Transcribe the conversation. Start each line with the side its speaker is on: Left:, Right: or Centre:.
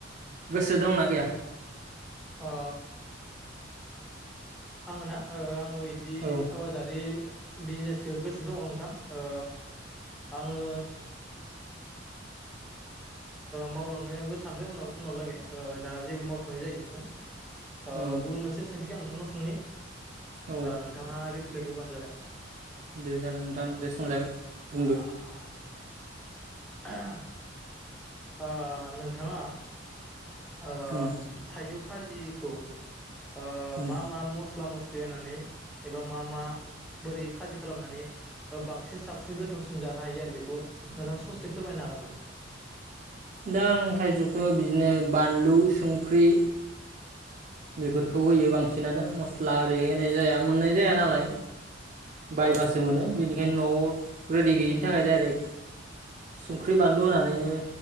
Right: गोसो दंना गैया?
Centre: ओ आंङो ना आं आङो इदि
Right: औ
Centre: आबादारि बिजनेसखौ गोसो दङ नोंथां ओ आङो मावलांनोबो सानदों उनाव उनाव लागै ओ दा जेबो मावथ'नाय जायाखै नोंथां।
Right: औ
Centre: गुबुन मोनसे सोंथिखौ आं नोंथां नाव सोंनि
Right: औ
Centre: अ नोंथाङा <unintelligible>
Right: दे जागोन नोंथां दे सोंजागोन।
Centre: आ
Right: बुंदो
Centre: <unintelligible> ओ नोंथाङा ओ
Right: उम
Centre: थाइजौ खाजिखौ ओ
Right: उम
Centre: मा मा मस्ला मस्लि होनानै एबा मा मा बोरै खाजि खालामनानै बांसिन साबसिन गोथावसिन जानो हायो आरो बेखौ नोंथाङा ससे फोरमायनो हागोन नामा।
Right: दा आं थाइजौखौ बिदिनो बानलु संख्रि। बेफोरखौ होयो बांसिनानो मस्ला ओरै होनाय जाया मोननाय जाया नालाय। बायबासो
Centre: औ औ
Right: मोनो
Centre: नोंथां
Right: बेनिखायनो न'आव रेडि गैयिनि थाखाय डाइरेक्ट संख्रि बानलु होनानैनो